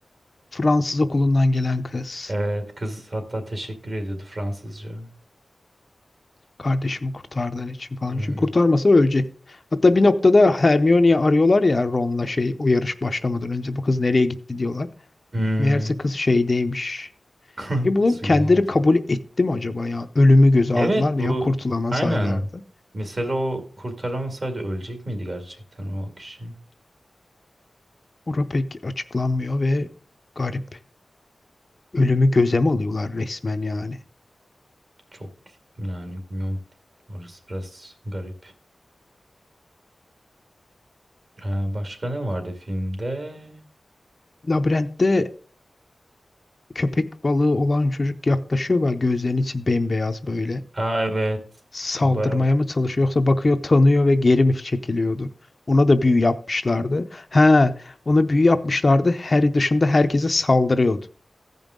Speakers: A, on the left; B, on the right.
A: Fransız okulundan gelen kız.
B: Evet kız hatta teşekkür ediyordu Fransızca.
A: Kardeşimi kurtardığın için falan.
B: Hmm.
A: Çünkü kurtarmasa ölecek. Hatta bir noktada Hermione'yi arıyorlar ya Ron'la şey o yarış başlamadan önce bu kız nereye gitti diyorlar.
B: Hmm.
A: Meğerse kız şeydeymiş.
B: <laughs>
A: E bunu
B: Suyun
A: kendileri
B: altında.
A: kabul etti mi acaba ya? Ölümü göze aldılar
B: Evet
A: mı
B: bu
A: ya? Kurtulama
B: aynen.
A: saylardı.
B: Mesela o kurtaramasaydı ölecek miydi gerçekten o kişi?
A: Ora pek açıklanmıyor ve garip. Ölümü göze mi alıyorlar resmen yani?
B: Çok yani bilmiyorum. Orası biraz garip. Ee, başka ne vardı filmde?
A: Labirentte köpek balığı olan çocuk yaklaşıyor ve gözlerinin içi bembeyaz böyle.
B: Aa evet.
A: Saldırmaya
B: O bayağı...
A: mı çalışıyor yoksa bakıyor tanıyor ve geri mi çekiliyordu? Ona da büyü yapmışlardı. He, ona büyü yapmışlardı. Harry dışında herkese saldırıyordu.